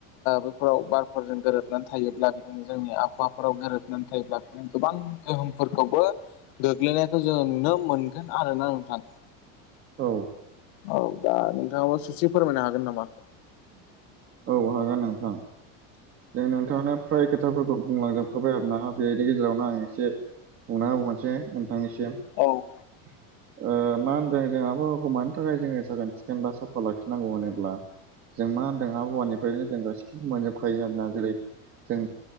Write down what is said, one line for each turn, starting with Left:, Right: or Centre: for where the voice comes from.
Left: बैफोराव बारफोरजों गोरोबनानै थायोब्ला बिदिनो जोंनि आबहावाफोराव गोरोबनानै थायोब्ला बिदिनो गोबां गोहोमफोरखौबो गोग्लैनायखौ जोङो नुनो मोनगोन आरोना नोंथां
Right: औ
Left: औ दा नोंथाङाबो ससे फोरमायनो हागोन नामा
Right: औ हागोन नोंथां जों नोंथांनो फ्राय खोथाफोरखौ बुंलांजोबखाबाय आरोना बेनि गेजेरावनो आं एसे बुंना होबावनोसै नोंथांनिसिम
Left: औ
Right: <inaudible> मा होनदों जों आबहावाखौ मानि थाखाय जोङो साखोन सिखोन बा साफा लाखिनांगौ होनोब्ला जों मा होनदों आबहावानिफ्रायनो जों गासिखौबो मोनजोबखायो आरोना जेरै जों